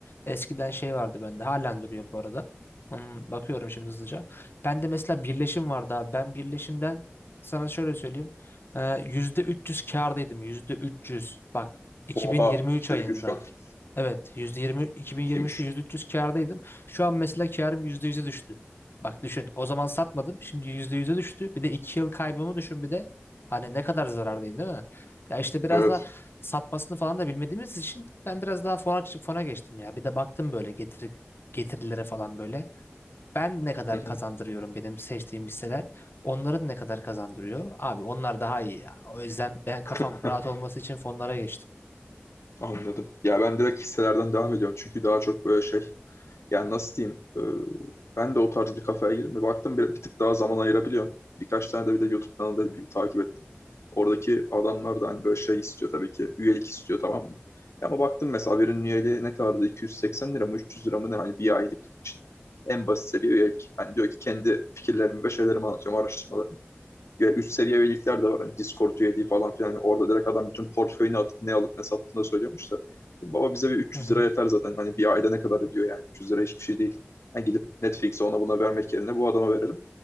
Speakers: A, on the left; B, on the left.
A: Eskiden şey vardı bende halen duruyor bu arada. Hmm, Bakıyorum şimdi hızlıca. Ben de mesela birleşim vardı abi. Ben birleşimden sana şöyle söyleyeyim. Ee, %300 kârdaydım. %300. Bak 2023
B: Oha
A: ayında.
B: direkt 3 kat.
A: Evet, %20 2023'te
B: Çok İyiymiş.
A: %300 kârdaydım. Şu an mesela kârım %100'e düştü. Bak düşün. O zaman satmadım. Şimdi %100'e düştü. Bir de 2 yıl kaybımı düşün bir de. Hani ne kadar zarardayım değil mi? Ya işte biraz
B: Evet.
A: da satmasını falan da bilmediğimiz için ben biraz daha fona, fona geçtim ya. Bir de baktım böyle getir, getirilere falan böyle ben ne kadar
B: Hı hı.
A: kazandırıyorum benim seçtiğim hisseler onların ne kadar kazandırıyor? Abi onlar daha iyi ya. O yüzden ben kafam
B: <laughs>
A: rahat olması için fonlara geçtim.
B: Anladım. Ya ben direkt hisselerden devam ediyorum çünkü daha çok böyle şey Yani nasıl diyeyim? e, ben de o tarz bir kafaya girdim. ve Baktım bir, bir tık daha zaman ayırabiliyorum. Birkaç tane de bir de YouTube kanalı da takip ettim. Oradaki adamlar da hani böyle şey istiyor tabii ki. Üyelik istiyor tamam mı? Ya Ama baktım mesela birinin üyeliği ne kadardı? 280 lira mı 300 lira mı ne? Hani bir aylık için. En basit seviye üyelik. Yani diyor ki kendi fikirlerimi ve şeylerimi anlatıyorum, araştırmalarımı üst seviye üyelikler de var. Hani Discord üyeliği falan filan. Yani orada direkt adam bütün portföyünü atıp ne alıp ne sattığını da söylüyormuş da. Baba bize bir 300
A: Hı hı.
B: lira yeter zaten. Hani bir ayda ne kadar ediyor yani 300 lira hiçbir şey değil. Yani gidip Netflix'e ona buna vermek yerine bu adama verelim.